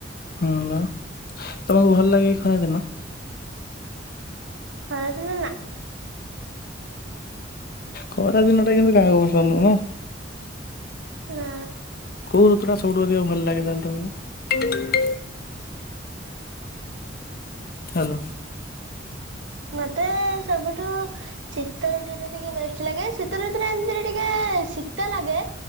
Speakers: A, on the left; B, on the right.
A: ହୁଁ ନା ତମକୁ ଭଲ ଲାଗେ ଖରା ଦିନ।
B: ଖରା ଦିନ ନା।
A: ଖରା ଦିନ ଟା କିନ୍ତୁ କାହାକୁ ପସନ୍ଦ ନୁହେଁ ନା?
B: ନା
A: କୋଉ ଋତୁ ଟା ସବୁଠୁ ଅଧିକ ଭଲ ଲାଗେନା ତୁମକୁ। ହ୍ୟାଲୋ
B: ମତେ ସବୁଠୁ ଶୀତ ଋତୁ ଟା ଟିକେ ବେଷ୍ଟ ଲାଗେ ଶୀତ ଋତୁରୋ ଏମିତିରେ ଟିକେ ଶୀତ ଲାଗେ